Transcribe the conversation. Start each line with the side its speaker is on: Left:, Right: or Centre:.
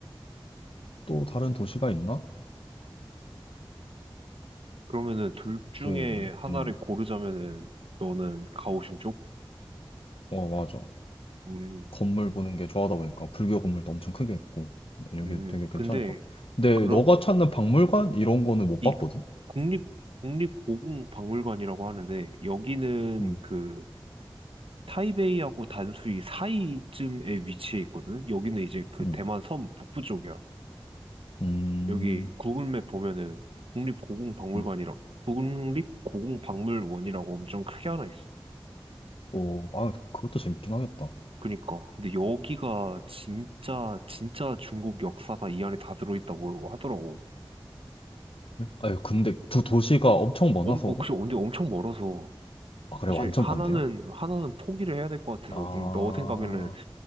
Left: 또 다른 도시가 있나?
Right: 그러면은 둘 중에
Left: 그,
Right: 하나를
Left: 어,
Right: 고르자면은 너는 가오슝 쪽?
Left: 어, 맞아.
Right: 음,
Left: 건물 보는 게 좋아하다 보니까 불교 건물도 엄청 크게 있고. 여기
Right: 음.
Left: 되게 괜찮을
Right: 근데
Left: 것 같아. 근데
Right: 그럼
Left: 너가 찾는 박물관? 이런 거는 못
Right: 이
Left: 봤거든?
Right: 국립 국립 고궁 박물관이라고 하는데 여기는
Left: 음,
Right: 그 타이베이하고 단수이 사이쯤에 위치해 있거든. 여기는 이제 그
Left: 음,
Right: 대만 섬 북부 쪽이야.
Left: 음,
Right: 여기 구글맵 보면은 국립 고궁 박물관이라고
Left: 음.
Right: 국립 고궁 박물원이라고 엄청 크게 하나 있어.
Left: 오, 아, 그것도 재밌긴 하겠다.
Right: 그니까. 근데 여기가 진짜, 진짜 중국 역사가 이 안에 다 들어있다고 하더라고.
Left: 아유, 근데 두 도시가 엄청 멀어
Right: 엄,
Left: 서로?
Right: 어, 그래서 언제 엄청 멀어서.
Left: 아, 그래,
Right: 사실
Left: 완전
Right: 하나는,
Left: 반대야?
Right: 하나는 포기를 해야 될 것 같아서.
Left: 아,
Right: 그럼 너 생각에는,